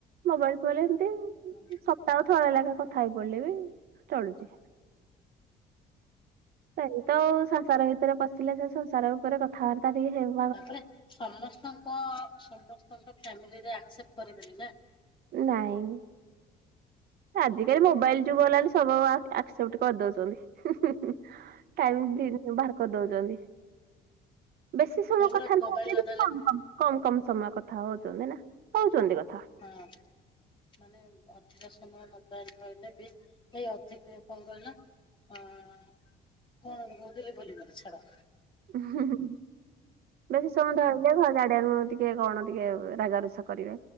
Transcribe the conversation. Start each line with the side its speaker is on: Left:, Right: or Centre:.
Right: ମୋବାଇଲ ଫୋବାଇଲି ଏମ୍ତି।
Left: <unintelligible>
Right: ସପ୍ତାହକୁ ଥରେ ଲେଖେ କଥା ହେଇପଡିଲେ ବି ଚଳୁଚି। ସେଇ ତ ସଂସାର ଭିତରେ ପସିଲେ ସେ ସଂସାର ଉପରେ କଥାବାର୍ତ୍ତା ଟିକେ ହେଉ
Left: ତାପରେ ସମସ୍ତଙ୍କ ସମସ୍ତଙ୍କ ଫ୍ୟାମିଲିରେ ଆକ୍ସେପ୍ଟ କରିବେନି ନା।
Right: ନାଇଁ ଆଜିକାଲି ମୋବାଇଲ ଯୁଗ
Left: ସେଇଟା।
Right: ହେଲାଣି ସବୁ ଆ ଆକ୍ସେପ୍ଟ କରିଦଉଛନ୍ତି ଟାଇମ ଦି ବାହାର କରିଦଉଛନ୍ତି। ବେଶୀ ସମୟ
Left: ସେ ପୁରା
Right: କଥା ନ
Left: ମୋବାଇଲ
Right: ହେଲେ ବି
Left: ନଦେଲେ
Right: କମ କମ କମ କମ ସମୟ କଥା ହଉଚନ୍ତି ନା ହଉଚନ୍ତି କଥା।
Left: ହଁ। ମାନେ ଅଧିକ ସମୟ ମୋବାଇଲ ଧଇଲେ ବି ଏଇ ଅଧିକ କଣ କହିଲ? ଆଁ କଣ ଗୋଟେ କହୁଥିଲି ଭୁଲିଗଲି ଛାଡ?
Right: ବେସି ସମୟଟା ହେଲେ ଇଏ ଘର ଝାଡିବାକୁ ଟିକେ କଣ ଟିକେ ରାଗ ରୁଷା କରିବେ